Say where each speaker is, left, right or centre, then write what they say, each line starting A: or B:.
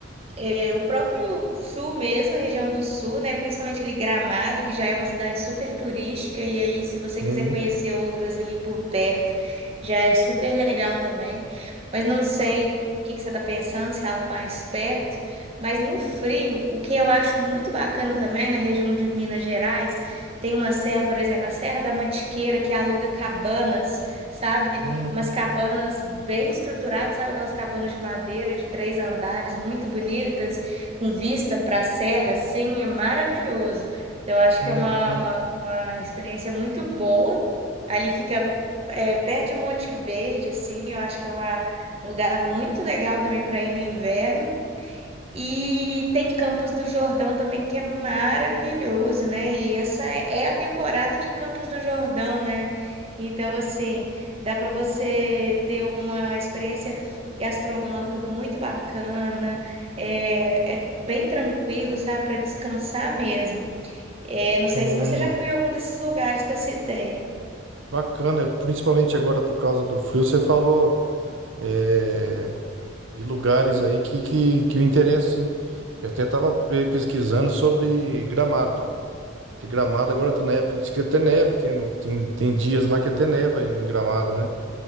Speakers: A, on the right; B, on the right.
A: É, o próprio sul mesmo, a região do sul, né? Principalmente ali Gramado, que já é uma cidade super turística, e aí, se você
B: Sim.
A: quiser conhecer outras ali por perto, já é super legal também. Mas não sei o que que você está pensando, se é algo mais perto. Mas no frio, o que eu acho muito bacana também na região de Minas Gerais, tem uma serra, por exemplo, a Serra da Mantiqueira, que aluga cabanas, sabe?
B: Hum,
A: umas cabanas bem estruturadas, sabe aquelas cabanas de madeira de três andares, muito bonitas, com vista para a serra, assim, é maravilhoso. Eu acho
B: hum,
A: que é uma,
B: bacana.
A: uma, uma experiência muito boa. Ali fica é, perto de Monte Verde, assim, eu acho que é uma- um lugar muito legal também para ir no inverno. E tem Campos do Jordão também, que é maravilhoso, né? E essa é é a temporada de Campos do Jordão, né? Então, assim, dá para você ter uma experiência gastronômica muito bacana, é, é bem tranquilo, sabe? Para descansar mesmo. É, não sei
B: Hum,
A: se você já foi em algum desses lugares que eu citei.
B: bacana, principalmente agora por causa do frio, você falou é, de lugares aí que, que, que eu interesso, sim. Eu até estava pesquisando sobre Gramado, porque Gramado agora está na época de que até neva, tem, no- tem, tem dias lá que até neva ainda em Gramado, né?